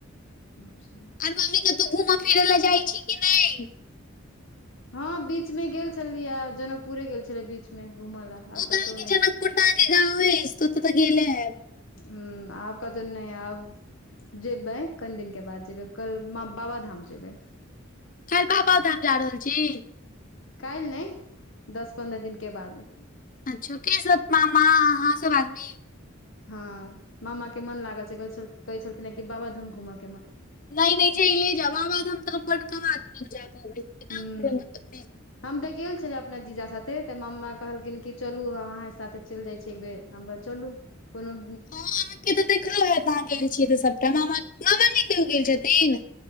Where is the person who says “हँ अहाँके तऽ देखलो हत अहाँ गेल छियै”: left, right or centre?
Left